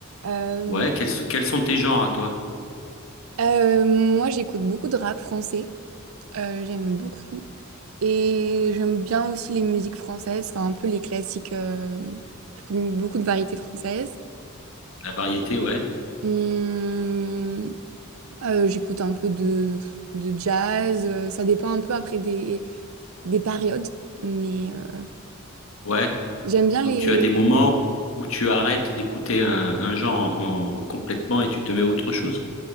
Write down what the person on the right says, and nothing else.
Euh,
euh, moi, j'écoute beaucoup de rap français. Euh, j'aime beaucoup. Et j'aime bien aussi les musiques françaises, enfin un peu les classiques, euh, j'écoute beaucoup de variétés françaises.
Hum, euh, j'écoute un peu de, de jazz, euh, ça dépend un peu après des, des périodes, mais euh,
j'aime bien
les...